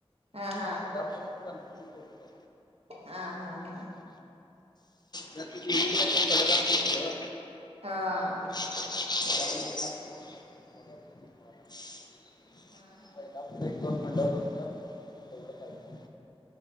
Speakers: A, on the right; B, on the left.
A: हा - हा.
B: जास्त करून गणपती करतो.
A: हा - हा - हा.
B: त्यात ती दीवी कडक असली तर.
A: हा.
B: <inaudible>
A: हा
B: महिला एक दोन मंडळ फक्त का एवढं फायदा.